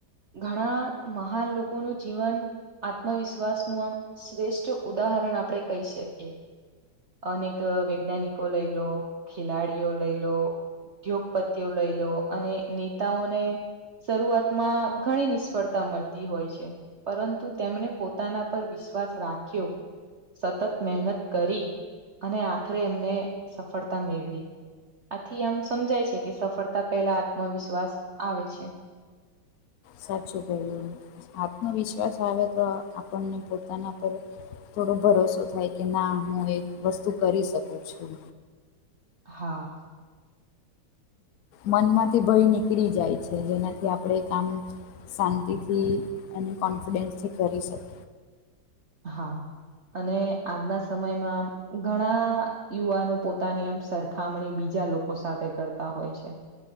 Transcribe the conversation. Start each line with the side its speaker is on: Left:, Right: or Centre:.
Right: ઘણા મહાન લોકોનું જીવન આત્મવિશ્વાસ નું આમ શ્રેષ્ઠ ઉદાહરણ આપડે કહી શકીએ. અનેક વૈજ્ઞાનિકો લઈ લો ખેલાડીઓ લઈ લો. ઉદ્યોગપતિઓ લઈ લો અને નેતાઓને શરૂઆતમાં ઘણી નિષ્ફળતા મળતી હોય છે. પરંતુ તેમણે પોતાના પર વિશ્વાસ રાખ્યો. સતત મહેનત કરી અને આખરે એમને સફળતા મેળવી. આથી આમ સમજાય છે કે સફળતા પહેલા આત્મવિશ્વાસ આવે છે.
Left: સાચું કહ્યું આત્મવિશ્વાસ આવે તો આપણને પોતાના પર થોડો ભરોસો થાય કે ના હું એક વસ્તુ કરી શકું છું.
Right: હા
Left: મનમાંથી ભય નીકળી જાય છે જેનાથી આપડે કામ શાંતિથી અને કોન્ફિડન્સથી કરી શકે.
Right: હા અને આજના સમયમાં આમ ઘણા યુવાનો પોતાની આમ સર ખામણી બીજા લોકો સાથે કરતા હોય છે.